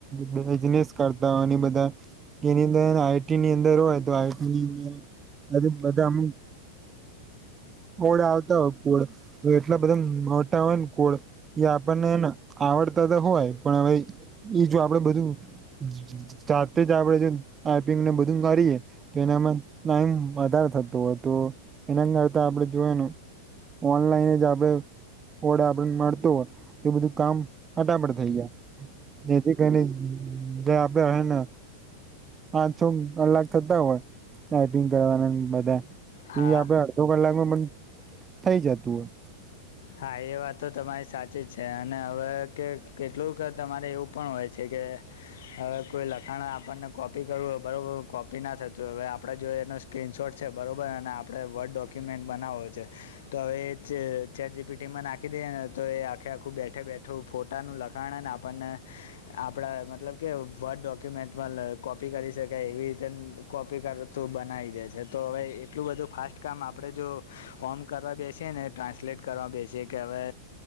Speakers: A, on the right; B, on the left.
A: બિઝનેસ કરતા બધા એની અંદર આઈટી ની અંદર હોય તો આઈઈટીની અંદર બધા અમુક કોળ આવતા હોય કોળ એટલા બધા મોતા હોય ને કોળ એ આપણને આવડતા તો હોય પણ હવે ઈ જો આપડે બધું જાતે જ આપડે આપિંગને બધું કરીએ તો એનામાં ના એમ વધાર થતો હોય તો એના કરતા આપડે જોય. ઓનલાઈને જાવ ઓડા આપ મળતો હોય તો બધું કામ અટાપટ થઈ જાય. જેથી કરીને જે આપડે રહે ને આ છો કલાક થતા હોય ટાઈપિંગ કરવાના બધા
B: હા
A: આપડે અડધો કલાકમાં પણ થઇ જતું હોય.
B: હા એ વાત તો તમારી સાચી જ છે અને હવે કે કેટલુંક તમારે એવું પણ હોય છે કે હવે કોઈ લખાણ આપણને કોપી કરવું હોય બરોબર કોપી ના થતું હવે આપડે જે એને સ્ક્રીન શોર્ટ છે બરાબર અને આપડે વર્ડ ડોક્યુમેન્ટ બનાવવો છે તો હવે એ જે ચેટ જી પી ટી માં નાખી દઈએ ને તો એ આખે આખું બેઠે બેઠું ફોટાનું લખાણને આપણને આપડા મતલબ કે વર્ડ ડોક્યુમેન્ટમાં અહ કોપી કરી શકાય એવી રીતે કોપી કરતું બનાવી દે છે તો હવે એટલું બધું ફાસ્ટ કામ આપડે જો ફોર્મ કરવા બેસે ને ટ્રાન્સલેટ કરવા બેસી કે હવે